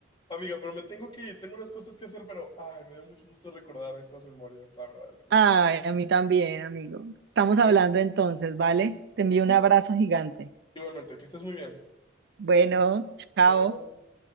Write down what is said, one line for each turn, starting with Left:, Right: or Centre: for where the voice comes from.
Left: amiga, pero me tengo que ir, tengo unas cosas que hacer, pero ay, me dio mucho gusto recordar estas memorias, la verdad es que...
Right: Ay, a mí también, amigo. Estamos hablando
Left: Qué
Right: entonces, ¿vale? Te envío un
Left: Sí,
Right: abrazo
Left: sí, sí.
Right: gigante.
Left: igualmente, que estés muy bien.
Right: Bueno, chao.
Left: Bye bye.